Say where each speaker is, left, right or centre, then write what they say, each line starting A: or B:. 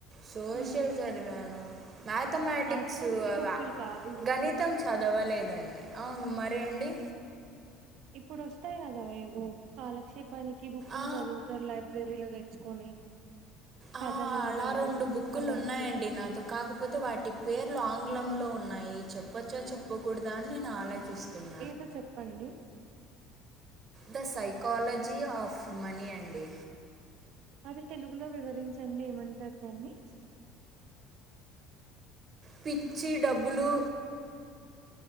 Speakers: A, on the right; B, on the right.
A: సోషల్
B: ఉమ్.
A: చదివాను మ్యాథమెటిక్స్
B: అటువంటి
A: ఉహ్ అవ
B: బుక్కులు కాదు
A: గణి త్తం చదవలేదండి అవును మరి అండి
B: ఇప్పుడు వస్తాయి కదా ఏవో కాలక్షేపానికి బుక్కులు
A: ఆ!
B: చదువు <unintelligible> సెంట్రిల్ లైబ్రరీలో తెచ్చుకొని
A: ఆ!
B: కథలు ఉంటయి
A: అలా బుక్కులు
B: అలాంటివి
A: ఉన్నాయండి నాతో. కాకపోతే వాటి పేర్లు ఆంగ్లంలో ఉన్నాయి, చెప్పచ్చో చెప్పకూడదా అని నేను ఆలోచిస్తున్నా.
B: ఏదో చెప్పండి
A: ద సైకాలజీ ఆఫ్ మనీ అండి
B: అది తెలుగులో వివరించండి ఏమంటారు దాన్ని.
A: పిచ్చి డబ్బులు